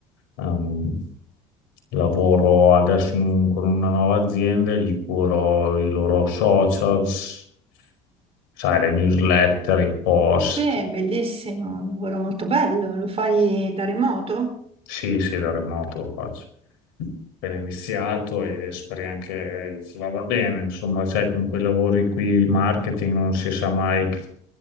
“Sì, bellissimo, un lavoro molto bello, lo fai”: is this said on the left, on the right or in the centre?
Right